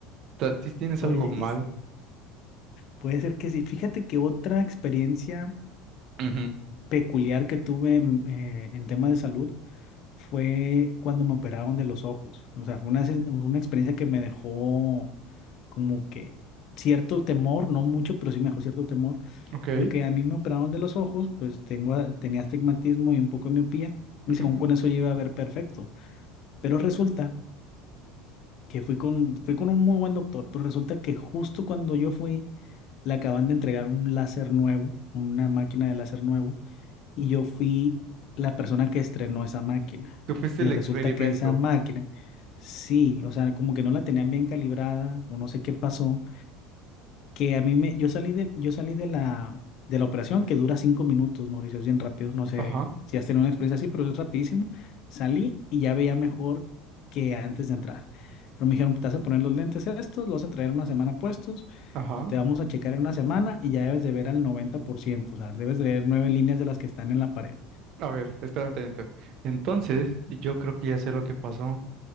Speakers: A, on the right (about 50°); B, on the left (about 50°).
A: Ta- ti Tienes
B: Oye,
A: algo mal.
B: y s- puede ser que sí. Fíjate que otra experiencia
A: Ujú.
B: peculiar que tuve en, eh, en temas de salud fue cuando me operaron de los ojos. O sea, fue una, sen- una experiencia que me dejó como que cierto temor, no mucho, pero sí me dejó cierto temor,
A: Ok.
B: porque a mí me operaron de los ojos, pues tengo, a- tenía astigmatismo y un poco de miopía, y
A: ujú.
B: según con eso yo iba a ver perfecto. Pero resulta que fui con, fui con un muy buen doctor, pero resulta que justo cuando yo fui, le acaban de entregar un láser nuevo, una máquina de láser nuevo, y yo fui la persona que estrenó esa máquina.
A: Tú fuiste
B: Y
A: el
B: resulta
A: experimento.
B: que esa máquina, sí, o sea, como que no la tenían bien calibrada, o no sé qué pasó que a mí me, yo salí de, yo salí de la, de la operación que dura cinco minutos, Mauricio, es bien rápido, no sé
A: Ajá,
B: si has tenido una experiencia así, pero es rapidísimo. Salí y ya veía mejor que antes de entrar. Pero me dijeron, te vas a poner los lentes estos, los vas a traer una semana puestos,
A: ajá.
B: te vamos a checar en una semana y ya debes de ver al noventa por ciento o sea, debes de ver nueve líneas de las que están en la pared.
A: A ver, espérame tantito. Entonces, yo creo que ya sé lo que pasó.